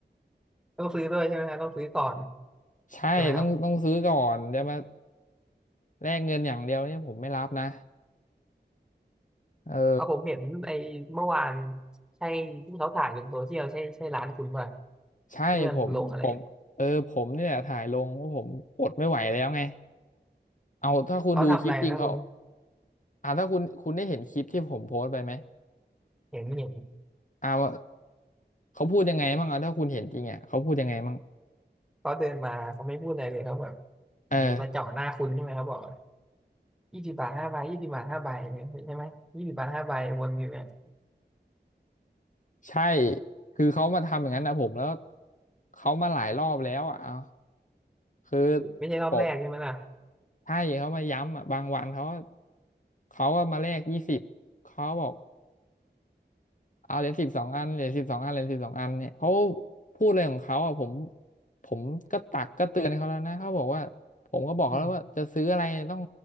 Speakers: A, in the centre; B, on the left.
A: ต้องซื้อด้วยใช่ไหมฮะต้องซื้อก่อน
B: ใช่ต้องต้องซื้อก่อนจะมา
A: ใช่ไหมครับ
B: แลกเงินอย่างเดียวนี่ผมไม่รับนะเออ
A: เอาผมเห็นไอ้เมื่อวานใช่ที่เขาถ่ายลงโซเชียลใช่ใช่ร้านคุณป่ะ
B: ใช่ผมผมเออผมเนี่ยถ่ายลงว่าผมอดไม่ไหวแล้วไง
A: ที่มันลงอะไร
B: เอาถ้าคุณดูคลิปจริงเขา
A: เขาทำอะไรนะคุณ
B: อ่าถ้าคุณคุณได้เห็นคลิปที่ผมโพสต์ไปไหม
A: เห็นเห็น
B: เอา เขาพูดยังไงบ้างอะถ้าคุณเห็นจริงอะเขาพูดยังไงบ้าง
A: เขาเดินมาเขาไม่พูดอะไรเลยเขาแบบอยู่ดีมาเจาะหน้าคุณใช่ไหมเขาบอก
B: เออ
A: ยี่สิบบาทห้าใบยี่สิบบาทห้าใบเนี่ยใช่ไหมยี่สิบบาทห้าใบวนอยู่เนี่ย
B: ใช่คือเขามาทำอย่างนั้นนะผมแล้วเขามาหลายรอบแล้วอะเอาคือ
A: ไม่ใช่รอบแรกใช่ไหมล่ะ
B: ผมใช่เขามาย้ำอะบางวันเขาเขาก็มาแลกยี่สิบเขาบอก เอาเหรียญสิบสองอันเหรียญสิบสองอันเหรียญสิบสองอันเนี่ยเขาพูดอะไรของเขาอ่ะผมผมก็ตักก็เตือนเขาแล้วนะเขาบอกว่าผมก็บอกเขาแล้วว่าจะซื้ออะไรต้อง
A: อืม